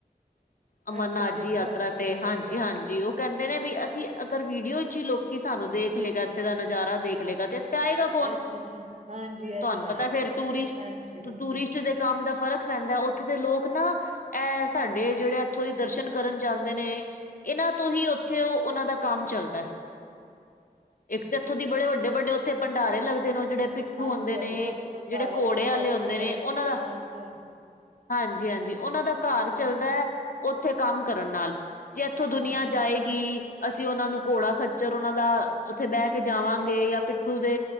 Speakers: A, on the left; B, on the right.
A: ਅਮਰਨਾਥ
B: ਅੱਛਾ ਅੱਛਾ,
A: ਜੀ ਯਾਤਰਾ ਤੇ
B: ਅੱਛਾ
A: ਹਾਂਜੀ
B: ਅੱਛਾ,
A: ਹਾਂਜੀ ਕਹਿੰਦੇ ਨੇ ਵੀ ਅਸੀਂ ਅਗਰ ਵੀਡੀਓ ਚ ਹੀ ਲੋਕੀ ਸਾਨੂੰ ਦੇਖ ਲਏਗਾ ਇੱਥੇ ਦਾ ਨਜ਼ਾਰਾ ਦੇਖ ਲਏਗਾ ਤੇ ਇੱਥੇ ਆਏਗਾ ਕੌਣ
B: ਅੱਛਾ ਅੱਛਾ ਹਾਂਜੀ ਇਹ
A: ਤੁਹਾਨੂੰ
B: ਤੇ
A: ਪਤਾ
B: ਹੈ
A: ਫੇਰ
B: ਤੇ ਹੈ
A: ਟੂਰਿਸਟ
B: ਹਾਂਜੀ ਹਾਂਜੀ
A: ਟੂਰਿਸਟ ਦੇ ਕੰਮ ਦਾ ਫਰਕ ਪੈਂਦਾ ਉੱਥੇ ਦੇ ਲੋਕ ਨਾ ਇਹ ਸਾਡੇ ਜਿਹੜੇ ਇੱਥੋਂ ਦੀ ਦਰਸ਼ਨ ਕਰਨ ਜਾਂਦੇ ਨੇ ਇਹਨਾਂ ਤੋਂ ਹੀ ਉੱਥੇ ਉਹ ਉਹਨਾਂ ਦਾ ਕੰਮ ਚੱਲਦਾ ਇੱਕ ਤੇ ਇੱਥੋਂ ਦੀ ਬੜੇ ਵੱਡੇ ਵੱਡੇ ਉੱਥੇ ਭੰਡਾਰੇ ਲੱਗਦੇ ਉਹ ਜਿਹੜੇ ਪ ਇਥ ਹੁੰਦੇ
B: ਹਾਂਜੀ ਹਾਂਜੀ
A: ਨੇ
B: ਉਹ ਤੇ ਭੰਡਾਰਿਆਂ
A: ਜਿਹੜੇ ਘੋੜੇ
B: ਦੀ ਤੇ
A: ਵਾਲੇ
B: ਗੱਲ
A: ਹੁੰਦੇ
B: ਹੀ ਨਾ
A: ਉਹਨਾਂ
B: ਕਰੋ ਤੁਸੀਂ
A: ਦਾ
B: ਹਾਂਜੀ ਹਾਂਜੀ
A: ਹਾਂਜੀ ਹਾਂਜੀ ਉਹਨਾਂ ਦਾ ਘਰ
B: ਹੂੰ
A: ਚੱਲਦਾ ਉੱਥੇ ਕੰਮ ਕਰਨ ਨਾਲ ਜੇ ਇੱਥੋਂ ਦੁਨੀਆਂ
B: ਹਾਂਜੀ,
A: ਜਾਏਗੀ ਅਸੀਂ ਉਹਨਾਂ ਨੂੰ ਘੋੜਾ ਖਚਰ ਉਹਨਾਂ ਦਾ ਉੱਥੇ ਬਹਿ ਕੇ ਜਾਵਾਂਗੇ ਜਾਂ ਪਿੱਠੂ ਦੇ